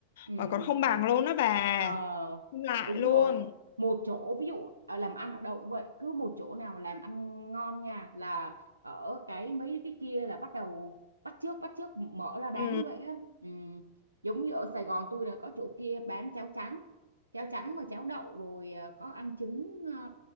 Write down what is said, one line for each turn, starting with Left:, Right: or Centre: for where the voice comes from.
Right: ừ
Left: mà còn không bằng luôn đó bà,
Right: ờ,
Left: không lại
Right: đúng
Left: luôn.
Right: rồi một chỗ ví dụ ờ, làm ăn ở đâu cũng vậy cứ một chỗ nào mà làm ăn ngon nha là ở cái mấy cái kia là bắt đầu bắt chước bắt chước mở ra bán
Left: Ừ.
Right: như vậy á ừ. giống như ở Sài Gòn tôi là có chỗ kia bán cháo trắng cháo trắng và cháo đậu rồi ờ, có ăn trứng ờ,